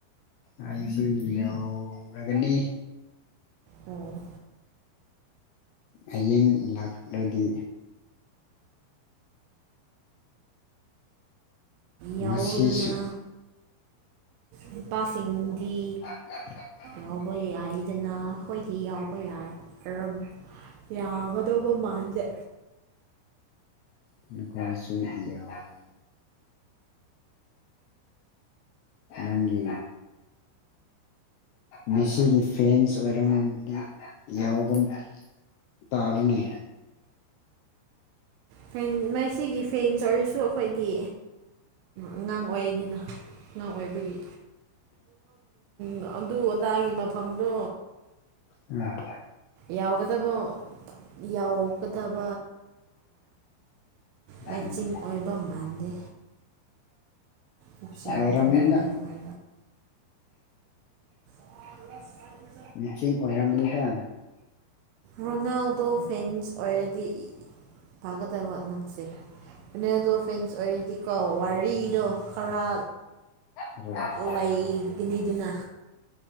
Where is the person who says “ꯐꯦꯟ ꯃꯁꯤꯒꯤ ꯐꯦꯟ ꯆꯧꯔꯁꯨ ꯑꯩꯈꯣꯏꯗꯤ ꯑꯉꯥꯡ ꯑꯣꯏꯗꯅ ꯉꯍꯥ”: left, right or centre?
Right